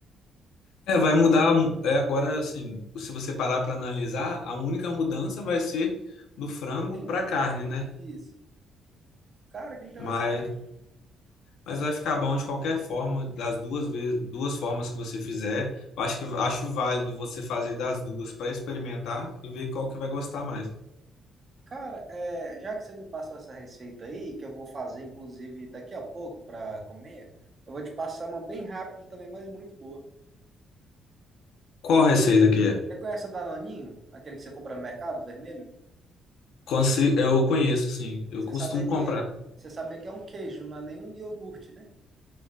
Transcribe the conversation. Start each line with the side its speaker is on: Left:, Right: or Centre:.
Left: É, vai mudar, é, agora assim, se você parar para analisar, a única mudança vai ser do frango
Right: Pena,
Left: para carne, né?
Right: isso. Cara, que interessante.
Left: Mas, mas vai ficar bom de qualquer forma, das duas vezes, duas formas que você fizer. Eu acho que acho válido você fazer das duas para experimentar e ver qual que vai gostar mais.
Right: Cara, é, já que você me passou essa receita aí, que eu vou fazer, inclusive, daqui a pouco para comer, eu vou te passar uma bem rápida também, mas muito boa.
Left: Qual receita que é?
Right: Você conhece o Danoninho? Aquele que você compra no mercado, vermelho?
Left: Consi- Eu conheço, sim. Eu
Right: Você
Left: costumo
Right: sabia que,
Left: comprar.
Right: você sabia que é um queijo, não é nenhum iogurte, né?